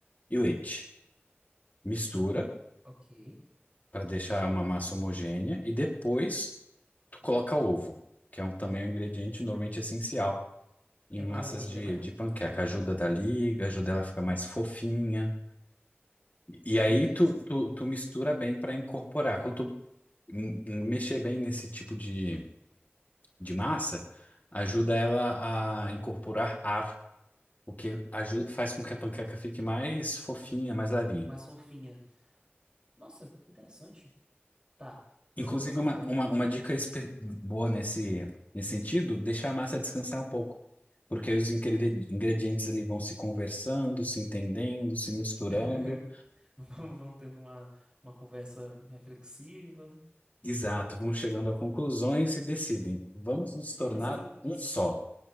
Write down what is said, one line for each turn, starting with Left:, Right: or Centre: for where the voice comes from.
Left: e leite. Mistura.
Right: Ok.
Left: para deixar uma massa homogênea e depois tu coloca ovo, que é um, também um ingrediente normalmente essencial em
Right: É
Left: massas
Right: pra dar liga,
Left: de,
Right: né?
Left: de panqueca. Ajuda da liga, ajuda ela a ficar mais fofinha. E e
Right: Beleza.
Left: aí tu, tu, tu mistura bem para incorporar. Quando tu m- m- mexer bem nesse tipo de, de massa, ajuda ela a incorporar ar, o que aju- faz com que a panqueca fique mais fofinha, mais levinha.
Right: Mais fofinha. Nossa, interessante. Tá.
Left: Inclusive,
Right: Tô, tô captando.
Left: uma, uma, uma dica espe- boa nesse, nesse sentido, deixar a massa descansar um pouco. Porque aí os ingre- ingredientes ali vão se conversando, se entendendo, se misturando.
Right: <laughs> Vamos, vamos tendo uma, uma conversa reflexiva.
Left: Exato, vão chegando a conclusões e decidem, vamos nos tornar
Right: Mas aí, mas
Left: um só.